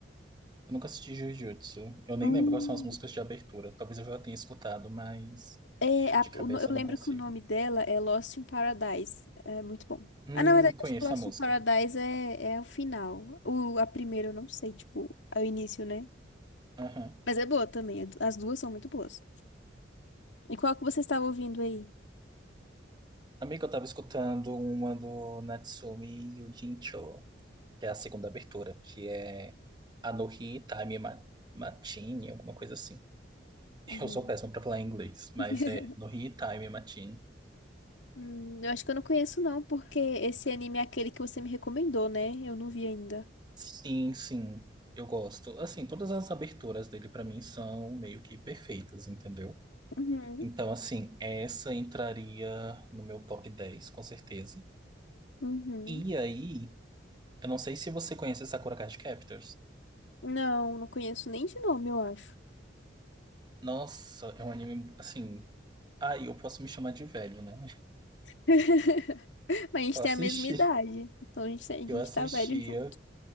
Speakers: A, on the right; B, on the left.
A: eu nunca assisti Jujutsu. Eu nem
B: Hum.
A: lembro quais são as músicas de abertura. Talvez eu já tenha escutado, mas
B: É, a-
A: de cabeça
B: o no- eu lembro
A: eu não consigo.
B: que o nome dela é Lost in Paradise. É muito bom.
A: Hum,
B: Ah, na verdade,
A: conheço
B: acho que Lost
A: a música.
B: in Paradise é, é o final. O, a primeira eu não sei, tipo, é o início, né?
A: Aham.
B: Mas é boa também. As duas são muito boas. E qual que você estava ouvindo aí?
A: Amiga, eu tava escutando uma do Natsumi Yugincho. que é a segunda abertura, que é Anohi Time Ma- Matine, alguma coisa assim. <laughs>
B: Uhum.
A: Eu sou péssimo pra falar em inglês, mas
B: <laughs>
A: é Anohi Time Matine.
B: Hum, eu acho que eu não conheço, não, porque esse anime é aquele que você me recomendou, né? Eu não vi ainda.
A: Sim, sim, eu gosto. Assim, todas as aberturas dele pra mim são meio que perfeitas, entendeu?
B: Uhum,
A: Então, assim, essa entraria no meu top 10 com certeza.
B: uhum.
A: E aí, eu não sei se você conhece Sakura Card Captors.
B: Não, não conheço nem de nome, eu acho.
A: Nossa, é um anime, assim... Aí eu posso me chamar de velho, né? <laughs>
B: <laughs> Mas a gente
A: Eu assisti.
B: tem a mesma idade, então a gente, a gente
A: Eu assistia
B: tá velho junto.